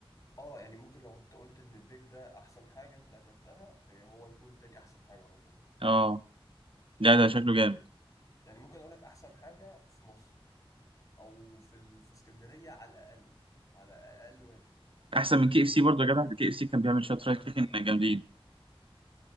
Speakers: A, on the left; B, on the right.
A: أه يعني ممكن لو كنت قلت إن البيك ده أحسن حاجة أنت أكلتها إيه، هو يكون تاني أحسن حاجة على طول
B: اه ده ده شكله
A: يعني
B: جامد
A: يعني ممكن أقول لك أحسن حاجة في مصر أو في ال... في اسكندرية على الأقل على أقل واجب
B: احسن من كي اف سي برضه يا جدع كي اف سي كان بيعمل
A: يا
B: شويه فرايد
A: لا
B: تشيكن
A: لا لا لا لا لا،
B: جامدين